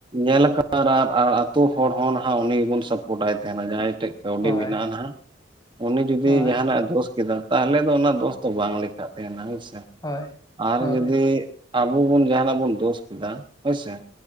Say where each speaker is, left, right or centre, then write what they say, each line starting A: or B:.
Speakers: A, on the right (about 25°); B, on the left (about 20°).
A: ᱧᱮᱞ <inaudible> ᱟᱨ ᱟᱨ ᱟᱛᱩ ᱦᱚᱲ ᱦᱚᱸ ᱱᱟᱦᱟᱜ ᱩᱱᱤ ᱜᱮᱵᱚᱱ ᱥᱟᱯᱚᱴᱟᱭ ᱛᱟᱦᱮᱸᱱᱟ ᱡᱟᱦᱟᱸᱭ ᱴᱷᱮᱡ ᱠᱟᱹᱣᱰᱤ
B: ᱦᱳᱭ
A: ᱢᱮᱱᱟᱜᱼᱟ ᱱᱟᱦᱟᱜ ᱩᱱᱤ ᱡᱩᱫᱤ
B: ᱦᱳᱭ
A: ᱡᱟᱦᱟᱸᱱᱟᱜ ᱮ ᱫᱳᱥ ᱠᱮᱫᱟ ᱛᱟᱦᱚᱞᱮ ᱫᱚ ᱚᱱᱟ ᱫᱚᱥ ᱫᱚ ᱵᱟᱝ ᱞᱮᱠᱷᱟᱜ ᱛᱟᱦᱮᱸᱱᱟ ᱦᱳᱭ ᱥᱮ,
B: ᱦᱳᱭ
A: ᱟᱨ
B: ᱦᱳᱭ
A: ᱡᱩᱫᱤ ᱟᱵᱚ ᱵᱚᱱ ᱡᱟᱦᱟᱸᱱᱟᱜ ᱵᱚᱱ ᱫᱳᱥ ᱠᱮᱫᱟ, ᱦᱳᱭ ᱥᱮ